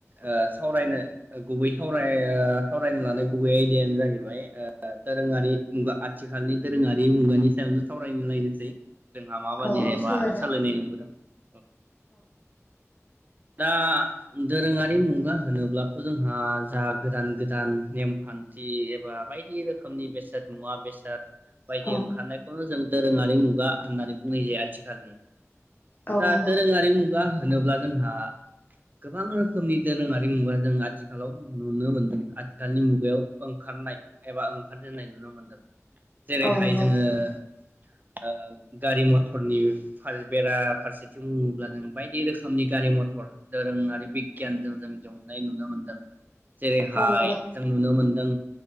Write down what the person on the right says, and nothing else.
ओ सावरायनो गुबै सावराय सावरायनो लानाय गुबै आयदायानो जाहैबाय ओ दोरोङारि मुगा आथिखालनि दोरोङारि मुगानि सायावनो सावरायनो लायनोसै जोंहा माबादिहाय
मा सोलायनाय नुबोदों‌ दा दोरोङारि मुगा होनोब्लाथ' जोंहा जा गोदान गोदान नेमखान्थि एबा बायदि रोखोमनि बेसाद मुवा बेसाद बायदि
ओंखारनाय नो जों दोरोङारि मुगा होननानै बुंनाय जायो आथिखालनि
दा
दोरोङारि मुगा होनोब्ला जोंहा गोबां रोखोमनि दोरोङारि मुगा जों आथिखालाव नुनो मोनदों आथिखालनि मुगायाव ओंखारनाय एबा ओंखार जेेननाय नुनो मोनदों जेरैहाय
जोङो ओ गारि मटरनि बेरा फारसेथिं बुङोब्ला जों बायदि रोखोमनि गारि मथर दोरोङारि बिगियानजों जों दिहुननाय नुनो मोनदों जेरैहाय
जों नुनो मोन दों